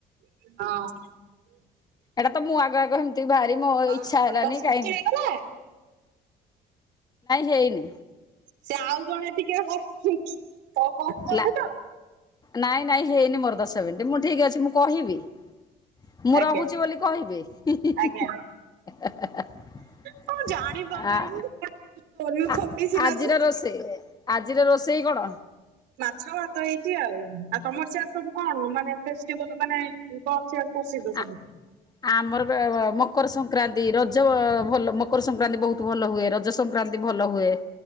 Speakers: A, on the right; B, on the left.
A: ହଁ।
B: ଏଟା ତ ମୁଁ ଆଗ ଆଗ ହେମିତି ଭାରି ମୋ
A: ହଁ
B: ଇଚ୍ଛା ହେଲା
A: ଦଶ
B: ନି କାଇଁ
A: ମିନିଟ ହେଇଗଲା
B: ହେଇନି
A: ସେ ଆଉ କଣ ଟିକେ ହସୁଚି କଣ କରୁଛନ୍ତି
B: ଲା
A: ତ।
B: ନାଇଁ ନାଇଁ ହେଇନି ମୋର ଦଶ ମିନିଟ ମୁଁ ଠିକ ଅଛି ମୁଁ କହିବି। ମୁଁ
A: ଆଜ୍ଞା
B: ରହୁଛି ବୋଲି କହିବି ହିଁ ହିଁ
A: ଆଜ୍ଞା।
B: ହିଁ ହେଁ ହେଁ
A: ହଁ ଜାଣିପାରୁନାହିଁ
B: ହେଁ। ଆ
A: ମୁଁ କରିବି ଖଗି
B: ଆ
A: ସିନା
B: ଆଜିର
A: ଯାଇଛି।
B: ରୋଷେଇ ଆଜିର ରୋଷେଇ କଣ?
A: ମାଛ ଭାତ ହେଇଛି ଆଉ ଆଉ ତମର ସିଆଡେ ସବୁ କଣ ମାନେ ଫେଷ୍ଟିଭାଲ ମାନେ କଣ ସିଆଡେ ପ୍ରସିଦ୍ଧ
B: ଆ
A: ସବୁ।
B: ଆମର ମକର ସଂକ୍ରାନ୍ତି, ରଜ ଭଲ ମକର ସଂକ୍ରାନ୍ତି ବହୁତ ଭଲ ହୁଏ, ରଜ ସଂ ସଂକ୍ରାନ୍ତି ଭଲ ହୁଏ।